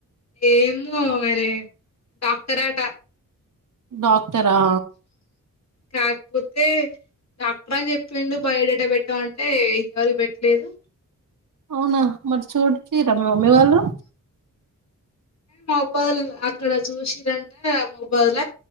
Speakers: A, on the left (about 55°); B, on the right (about 70°).
A: ఏమొ ఓ అరె డాక్టరె డాక్టర్
B: డాక్టరా
A: కాకపోతే డాక్టర్ అని చెప్పిండు బయోడేట పెట్టమంటే ఇంతవరకు పెట్టలేదు
B: అవునా మరి చూడ్ సిరా మీ మమ్మీ వాళ్ళు
A: మోబాదులలో అక్కడ చూసిరంట మోబాదుల